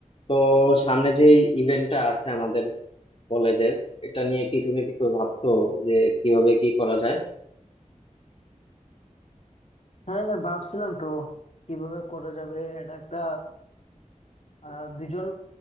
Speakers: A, on the left; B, on the left.
A: তো সামনে যে ইভেন্টটা আছে আমাদের কলেজের এটা নিয়ে কি তুমি কিছু ভাবছো যে কিভাবে কি করা যায়
B: হ্যাঁ হ্যাঁ, ভাবছিলাম তো কিভাবে করা যাবে এটা একটা আহ, দুজন